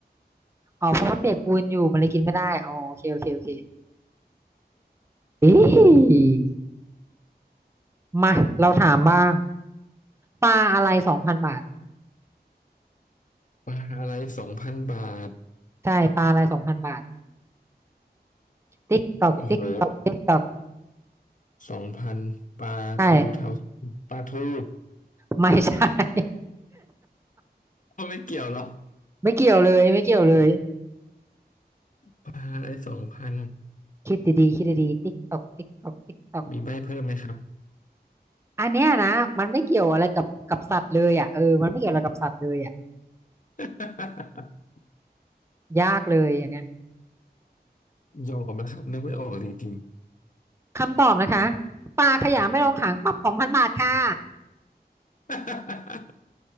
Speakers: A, on the right; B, on the left.
A: อ๋อเพราะมันเปียกปูนอยู่มันเลยกินไม่ได้อ๋อโอเคโอเคโอเคเอ๊ะมาเราถามบ้างปลาอะไรสองพันบาท
B: ปลาอะไรสองพันบาท
A: ใช่ปลาอะไรสองพันบาทติ๊กตอกติ๊กตอกติ๊กตอก
B: โอ้โหสองพันปลาทูเทา
A: ใช่
B: ปลาทู
A: ไม่ใช่ <laughs>
B: ก็ไม่เกี่ยวหรอ
A: ไม่เกี่ยวเลยไม่เกี่ยวเลย
B: ปลาอะไรสองพัน
A: คิดดีๆคิดดีๆติ๊กตอกติ๊กตอกติ๊กตอก
B: มีใบเพิ่มไหมครับ
A: อันเนี้ยนะมันไม่เกี่ยวอะไรกับกับสัตว์เลยอ่ะเออมันไม่เกี่ยวอะไรกับสัตว์เลยอ่ะ
B: <laughs>
A: ยากเลยอันเนี้ย
B: ยอมนะครับนึกไม่ออกจริง
A: คำตอบนะคะปลาขยะไม่ลงหางปรับสองพันบาทค่ะ
B: ๆ <laughs>